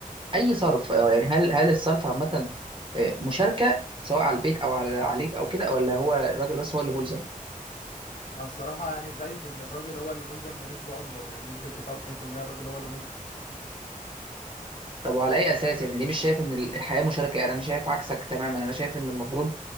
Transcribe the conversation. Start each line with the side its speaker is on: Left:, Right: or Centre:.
Right: اي صرف اه يعني هل هل الصرف عامه آه، مشاركه سواء على البيت او على عليك او كده ولا هو الراجل بس هو اللي ملزم
Left: أنا الصراحة يعني شايف إن الراجل هو اللي ملزم بنسبة أكبر يعني بنسبة 99% الراجل هو اللي ملزم
Right: طب وعلى اي اساس يعني ليه مش شايف ان الحياه مشاركه يعني انا شايف عكسك تماما انا شايف ان المفروض